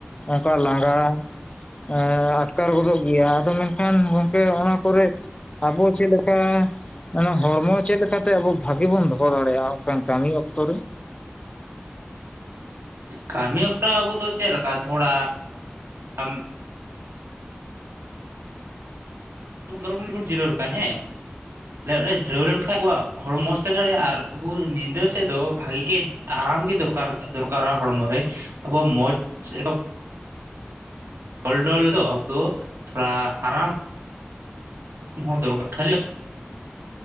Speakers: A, on the left; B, on the right.
A: ᱚᱱᱠᱟ ᱞᱟᱸᱜᱟ᱾ ᱮᱸ ᱟᱴᱠᱟᱨ ᱜᱚᱫᱚᱜ ᱜᱮᱭᱟ ᱟᱫᱚ ᱢᱮᱱᱠᱷᱟᱱ ᱜᱚᱝᱠᱮ ᱚᱱᱟ ᱠᱚᱨᱮ ᱟᱵᱚ ᱪᱮᱫ ᱞᱮᱼᱼ ᱠᱟ ᱚᱱᱟ ᱦᱚᱲᱢᱚ ᱪᱮᱫ ᱞᱮᱠᱟᱛᱮ ᱟᱵᱚ ᱵᱷᱟᱜᱤ ᱵᱚᱱ ᱫᱚᱦᱚ ᱫᱟᱲᱮᱭᱟᱜᱼᱟ ᱚᱱᱠᱟᱱ ᱠᱟᱹᱢᱤ ᱚᱠᱛᱚ ᱨᱮ᱾
B: ᱠᱟᱹᱢᱤ ᱚᱠᱚᱛᱚ ᱟᱵᱚ ᱫᱚ ᱪᱮᱫ ᱞᱮᱠᱟ ᱛᱷᱚᱲᱟ ᱜᱟᱱ ᱚᱱ ᱯᱚᱱᱨᱚ ᱢᱤᱱᱤ ᱵᱚᱱ ᱡᱤᱨᱟᱹᱣ ᱞᱮᱠᱟ ᱦᱮᱸ ᱟᱮ ᱚᱸᱰᱮ ᱡᱩᱨᱟᱹᱣ ᱞᱮᱱᱠᱷᱟᱱᱡ ᱟᱵᱚᱣᱟᱜ ᱦᱚᱲ ᱢᱚᱡᱽ ᱛᱮ ᱫᱟᱲᱮᱭᱟᱜᱼᱟ ᱟᱨ ᱟᱵᱚ ᱧᱤᱫᱟᱹ ᱥᱮᱫ ᱫᱚ ᱵᱷᱟᱜᱤ ᱜᱮ᱾ ᱟᱨᱟᱢ ᱜᱮ ᱫᱚᱨᱠᱟᱨ ᱫᱚᱨᱠᱟᱨᱟ ᱦᱚᱲᱢᱚ ᱨᱮ ᱟᱵᱚ ᱢᱚᱸᱡᱽ <inaudible> ᱮ ᱚᱞᱰᱚᱞ ᱫᱚ ᱟᱵᱚ ᱫᱚ ᱛᱷᱚᱲᱟ ᱟᱨᱟᱢ᱾ <inaudible>